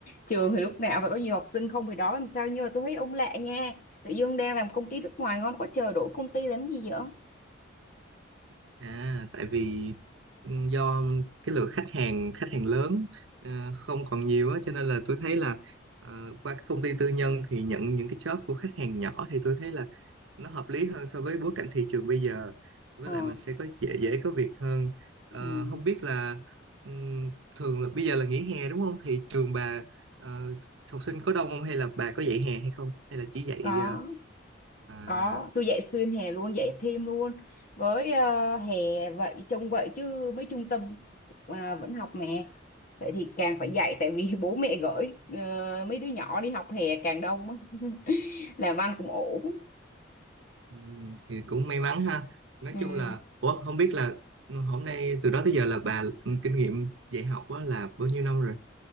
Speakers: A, on the left (about 45°); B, on the right (about 80°).
A: Trường thì lúc nào phải có nhiều học sinh không thì đó làm sao nhưng mà tôi thấy ông lạ nha. Tự dưng đang làm công ty nước ngoài ngon quá trời đổi công ty làm gì vậy?
B: À, tại vì ừ, do cái lượng khách hàng khách hàng lớn ờ, không còn nhiều á cho nên là tôi thấy là ờ, qua các công ty tư nhân thì nhận những cái job của khách hàng nhỏ thì tôi thấy là nó hợp lý hơn so với bối cảnh thị trường bây giờ. Với
A: Ờ,
B: lại mình sẽ có dễ dễ có việc hơn. Ờ,
A: ừ.
B: không biết là ừm, thường là bây giờ là nghỉ hè đúng không? Thì trường bà ờ, học sinh có đông không hay là bà có dạy hè hay không? Hay là chỉ dạy
A: Có,
B: ờ, à
A: có. Tôi dạy xuyên hè luôn, dạy thêm luôn. Với ờ, hè vậy trông vậy chứ mấy trung tâm à, vẫn học mà. vậy thì càng phải dạy tại vì <laughs> bố mẹ gửi ờ, mấy đứa nhỏ đi học hè càng đông á. <laughs> làm ăn cũng ổn
B: Ừ, thì cũng may mắn ha nói
A: Ừm,
B: chung là ủa không biết là hôm nay từ đó tới giờ là bà ừ, kinh nghiệm dạy học á là bao nhiêu năm rồi